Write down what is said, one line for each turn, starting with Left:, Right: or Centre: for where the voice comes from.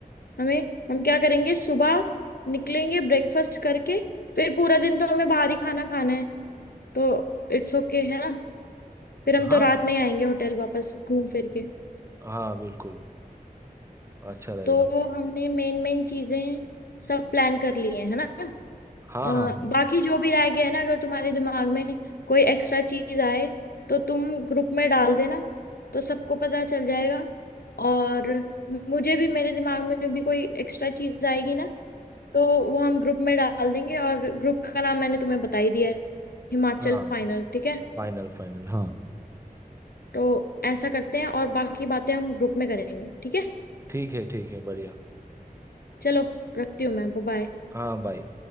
Left: हमें हम क्या करेंगे सुबह निकलेंगे ब्रेकफास्ट करके फिर पूरा दिन तो हमें बाहर ही खाना खाना है तो इट्स ओके okay, है ना फिर हम
Right: हाँ
Left: तो रात
Right: हाँ
Left: में ही आएंगे होटल वापस घूम फिर के
Right: हाँ बिल्कुल अच्छा रहेगा
Left: तो हमने मेन मेन चीजें सब प्लान कर लिए हैं है ना
Right: हाँ
Left: अ,
Right: हाँ
Left: बाकी जो भी रह गया है ना अगर तुम्हारे दिमाग में कोई एक्स्ट्रा चीज आए तो तुम ग्रुप में डाल देना तो सबको पता चल जाएगा और मुझे भी मेरे दिमाग में भी कोई एक्स्ट्रा चीज आएगी ना तो वो हम ग्रुप में डाल देंगे और ग्रुप का नाम मैंने तुम्हें बता ही दिया है हिमाचल
Right: हाँ
Left: फाइनल ठीक है
Right: फाइनल फाइनल हाँ
Left: तो ऐसा करते हैं और बाकी बातें हम ग्रुप में करेंगे ठीक है
Right: ठीक है ठीक है बढ़िया
Left: चलो रखती हूँ मैं बाय
Right: हाँ बाय